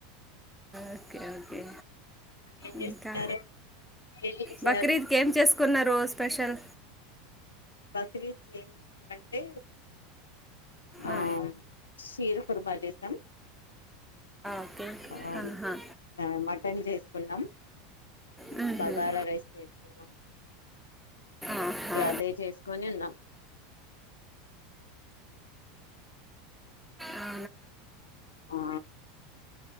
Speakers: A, in the centre; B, on the left (about 75°).
A: ఓకే ఓకే
B: ఏం
A: ఇంకా
B: చేస్తున్నారు ఏంటి విషయాలు
A: బక్రీద్కి ఏం చేసుకున్నారు స్పెషల్
B: బక్రీద్ చే ఏం చేసినామంటే అవును
A: ఆ
B: చీరు కురుబ చేస్తాం చి
A: ఓకే
B: ఆ
A: ఆహా
B: ఆ మటన్ చేసుకున్నాం
A: మ్మ్హ్మ్.
B: బగారా రైస్ చేసుకున్నాం
A: ఆహా
B: గ్యాదే చేసుకొని ఉన్నాం
A: ఆ
B: ఆ